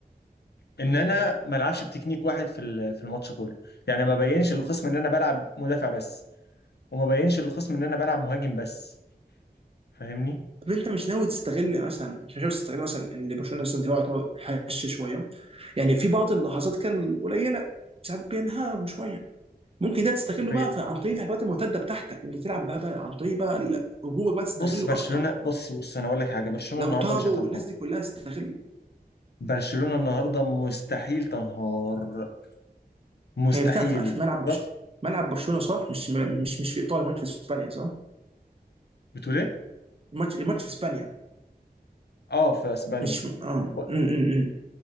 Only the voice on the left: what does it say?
ان انا ما العبش بتكنيك واحد في ال- في الماتش كله يعني ما بينش للخصم ان انا بلعب مدافع بس وما بينش للخصم ان انا بلعب مهاجم بس فاهمني
بي...
بص برشلونة
بص بص انا اقول لك حاجة برشلونة
النهارده
مش هتنهار
برشلونة النهارده مستحيل تنهار مستحيل
ضغط
بتقول ايه؟
اه في اسبانيا
و-